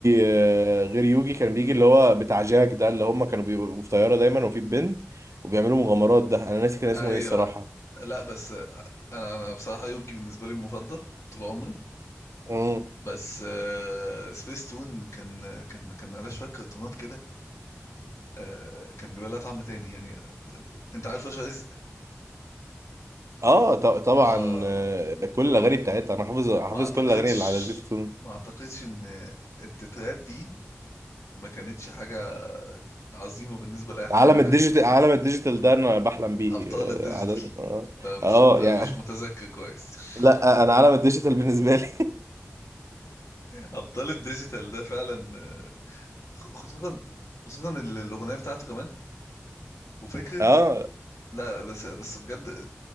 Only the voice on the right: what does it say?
آه، غير يوجي كان بيجي اللي هو بتاع جاك ده اللي هم كانوا بيبقوا في طياره دايما وفي بنت وبيعملوا مغامرات ده انا ناسي كان اسمه
ايه الصراحه
مم.
اه ط- طبعا
آه، كل الاغاني بتاعتها انا حافظ حافظ
كل الاغاني اللي على سبيتون
عالم
الديجيتال عالم الديجيتال ده انا بحلم بيه
اه
عادة.
اه
آه،
يعني
<laughs>
لا آه، انا عالم الديجيتال بالنسبه لي
<laughs> اه